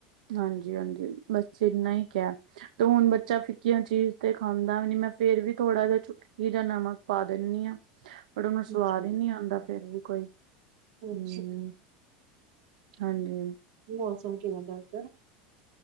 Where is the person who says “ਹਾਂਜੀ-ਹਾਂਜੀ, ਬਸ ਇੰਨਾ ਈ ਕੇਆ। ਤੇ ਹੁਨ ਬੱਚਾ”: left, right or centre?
Right